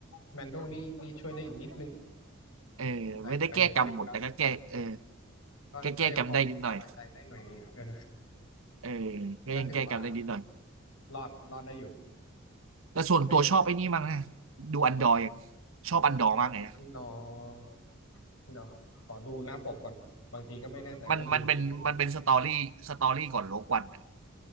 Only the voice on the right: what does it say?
เออไม่ได้แก้กรรมหมดแต่ก็แก้เออ
แก้แก้กรรมได้นิดหน่อย เออก็ยังแก้กรรมได้นิดหน่อย
แต่ส่วนตัวชอบไอ้นี่มากนะ
ดูอันดอร์อย่างชอบอันดอร์มากเลยนะ
มันมันเป็นมันเป็นสตอรี่สตอรี่ก่อนโลกวันอะ